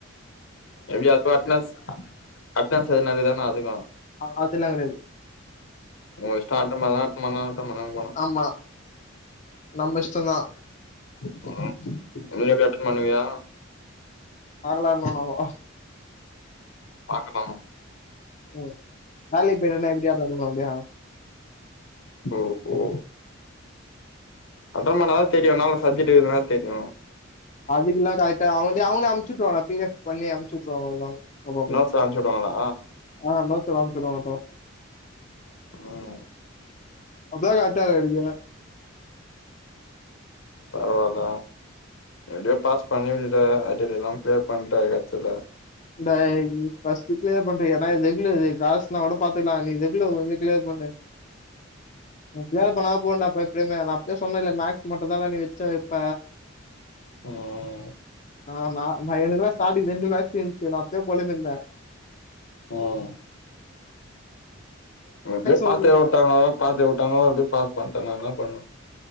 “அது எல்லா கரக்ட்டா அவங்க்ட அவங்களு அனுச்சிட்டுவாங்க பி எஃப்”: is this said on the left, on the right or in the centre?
Left